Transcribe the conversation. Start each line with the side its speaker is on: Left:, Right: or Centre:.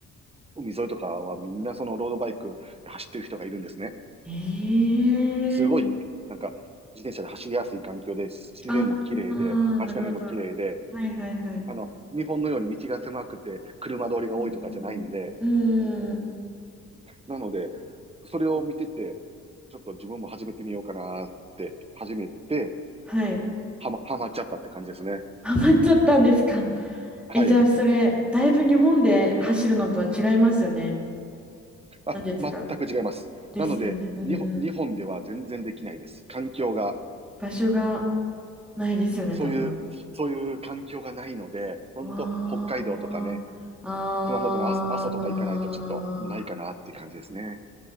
Right: 海沿いとかはみんなそのロードバイクで走ってる人がいるんですね。
Centre: ええ
Right: すごい、なんか、自転車で走りやすい環境で、自然も綺麗で、
Centre: ああー、
Right: 街並みも綺麗で、
Centre: なるほど。はいはいはい。
Right: あの、日本のように道が狭くて、車通りが多いとかじゃないので、
Centre: うんうん。うーん。
Right: なので、それを見てて、ちょっと自分も始めてみようかなって始めて、
Centre: はい。
Right: はま、はまっちゃったって感じですね。
Centre: ハマっちゃったんですか。
Right: はい。
Centre: え、じゃあそれ、だいぶ日本で走るのとは違いますよね。
Right: あ、
Centre: なんていうんですか。
Right: 全く違います。
Centre: ですよね。
Right: なので、
Centre: うんうん。
Right: 日本、日本では全然できないです。環境が、
Centre: 場所がないですよね、
Right: そういう、
Centre: 多分。
Right: そういう環境がないので、本当北海道とかね、
Centre: わあ、
Right: 熊本の阿蘇阿蘇とか行かないとちょっとないかなっていう感じですね。
Centre: ああ、